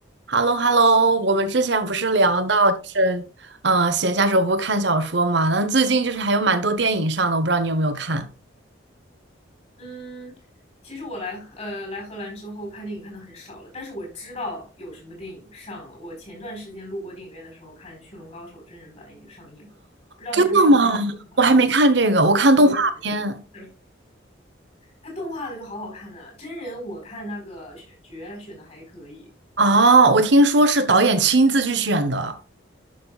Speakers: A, on the right; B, on the left.
A: h e l l o h e l l o 我们之前不是聊到就是，嗯，闲暇时候不是看小说嘛？那最近就是还有蛮多电影上的，我不知道你有没有看？
B: 嗯，其实我来呃来荷兰之后看电影看的很少了，但是我知道有什么电影上了。我前段时间路过电影院的时候看《驯龙高手》真人版已经上映了，不知道你看没看过它动画版的？
A: 真的吗？我还没看这个，我看动画片。
B: 也是，它动画的就好好看呢、真人我看那个选角选的还可以，
A: 哦，我听说是导演亲自去选的。